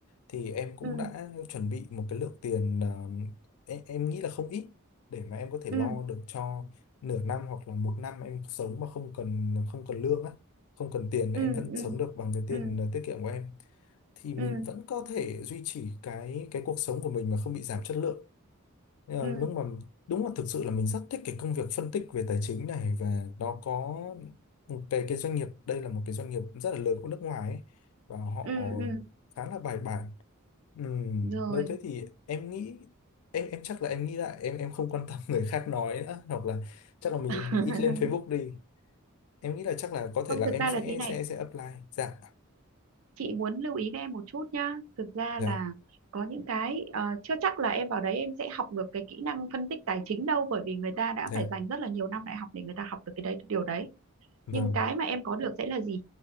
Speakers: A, on the left; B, on the right.
A: thì em cũng
B: ừ
A: đã chuẩn bị một cái lượng tiền ờm, em, em nghĩ là không ít để mà em có thể lo
B: ừ
A: được cho nửa năm hoặc là một năm em sống mà không cần không cần lương á không cần tiền để
B: ừ
A: em vẫn
B: ừ
A: sống được bằng cái tiền
B: ừ
A: ờ, tiết kiệm của em thì mình
B: ừ
A: vẫn có thể duy trì cái cái cuộc sống của mình mà không bị giảm chất lượng Ờ,
B: ừ
A: Đúng mà đúng là thực sự là mình rất thích cái công việc phân tích về tài chính này và nó có một cái cái doanh nghiệp đây là một cái doanh nghiệp rất là lớn của nước ngoài ấy, và họ
B: ừ ừ
A: khá là bài bản. Ừm,
B: rồi
A: nếu thế thì em nghĩ em em chắc là em nghĩ lại em em không quan tâm <laughs> người khác nói nữa hoặc là chắc là mình
B: <laughs>
A: ít lên Facebook đi. Em nghĩ là chắc là có
B: không
A: thể là
B: thực
A: em
B: ra
A: sẽ
B: là thế này
A: sẽ sẽ apply. Dạ.
B: chị muốn lưu ý với em một chút nhá thực ra
A: Dạ.
B: là có những cái ờ, chưa chắc là em vào đấy em sẽ học được cái kỹ năng phân tích tài chính đâu bởi vì người ta đã
A: Dạ.
B: phải dành rất là nhiều năm đại học để người ta học được cái đấy điều đấy
A: Vâng.
B: nhưng cái mà em có được sẽ là gì